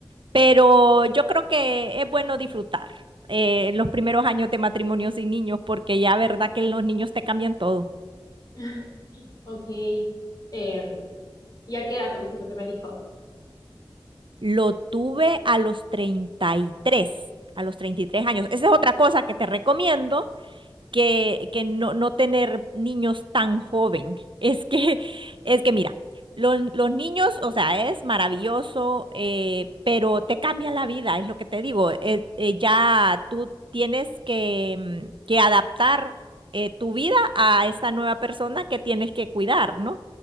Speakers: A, on the right; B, on the left.
A: Pero yo creo que es bueno disfrutar eh, los primeros años de matrimonio sin niños, porque ya, ¿verdad? Que los niños te cambian todo.
B: <laughs> ok. Em, ¿y a qué edad tuviste tu primer hijo?
A: Lo tuve a los 33, a los 33 años. Esa es otra cosa que te recomiendo que, que no, no tener niños tan joven. <laughs> Es que, es que mira, los, los niños, o sea, es maravilloso, eh, pero te cambian la vida, es lo que te digo. Eh, eh, ya tú tienes que, mm, que adaptar eh, tu vida a esa nueva persona que tienes que cuidar, ¿no?